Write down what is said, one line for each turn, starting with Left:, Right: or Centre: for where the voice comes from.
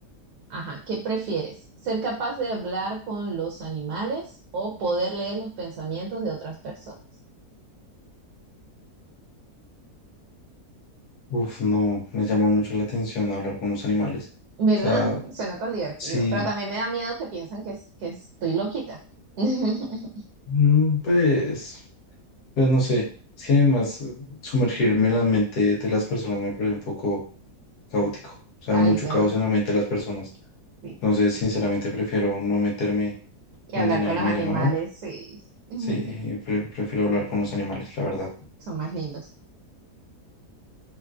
Right: Ajá, ¿qué prefieres? ¿Ser capaz de hablar con los animales o poder leer los pensamientos de otras personas?
Left: Uf, no, me llama mucho la atención hablar con los animales.
Right: ¿Verdad?
Left: O sea,
Right: Suena tan divertido,
Left: sí,
Right: pero también me da miedo que piensan que, es- que estoy loquita. <laughs>
Left: mm, pues, pues no sé. Es que además, eh, sumergirme en la mente de las personas me parece un poco caótico. O sea,
Right: Ay,
Left: mucho
Right: ¿verdad?
Left: caos en la mente de las personas.
Right: Sí.
Left: Entonces, sinceramente, prefiero no meterme
Right: Y
Left: donde
Right: hablar
Left: nadie
Right: con los
Left: me
Right: animales,
Left: ha llamado.
Right: sí, <laughs>
Left: Sí, pre- prefiero hablar con los animales, la verdad.
Right: son más lindos.